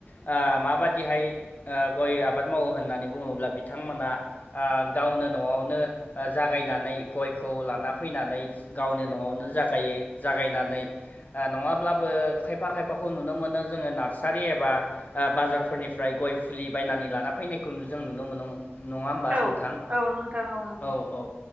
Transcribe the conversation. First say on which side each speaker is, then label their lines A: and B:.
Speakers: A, on the left; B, on the right.
A: ओ माबादिहाय ओ गय आबाद मावो होननानै बुंङोब्ला बिथांमोना ओ गावनो न'आवनो ओ जागायनानै गयखौ लाना फैनानै गावनि न'आवनो जागायो जागायनानै ओ नंङाब्लाबो खायफा खायफाखौ नुनो मोनो जोंङो नार्सारि एबा ओ बाजारफोरनिफ्राय गय फुलि बायनानै लाना फैनायखौ जों नुनो मोन' नंङा होमबा
B: औ
A: नोंथां?
B: औ नोथां औ
A: औ औ